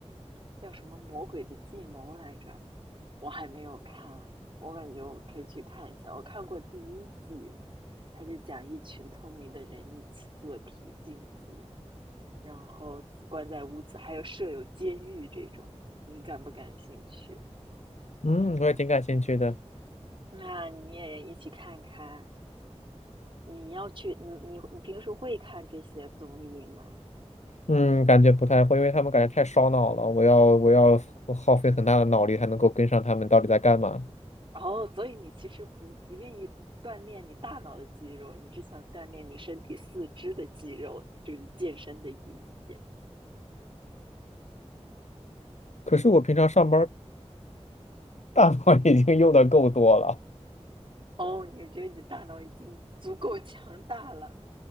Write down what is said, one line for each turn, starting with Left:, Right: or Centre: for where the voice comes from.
Right: 叫什么《魔鬼的计谋》来着，我还没有看，我感觉我可以去看一下。我看过第一季，它是讲一群聪明的人一起做题竞技。然后关在屋子，还有设有监狱这种，你感不感兴趣？
Left: 嗯，我也挺感兴趣的。
Right: 那你也一起看看。你要去，你你你平时会看这些综艺吗？
Left: 嗯，感觉不太会，因为他们感觉太烧脑了，我要我要耗费很大的脑力才能够跟上他们到底在干嘛。
Right: 哦，所以你其实不不愿意锻炼你大脑的肌肉，你只想锻炼你身体四肢的肌肉，这是健身的意义。
Left: 可是我平常上班儿大脑 <laughs> 已经用的够多了，
Right: 哦，你觉得你的大脑已经足够强大了，